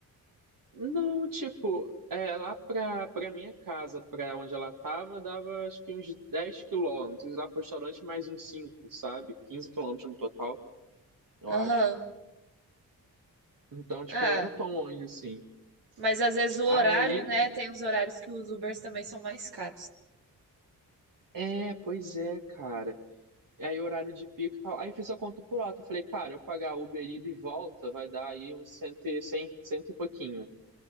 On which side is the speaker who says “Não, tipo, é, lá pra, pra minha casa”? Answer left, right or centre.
Right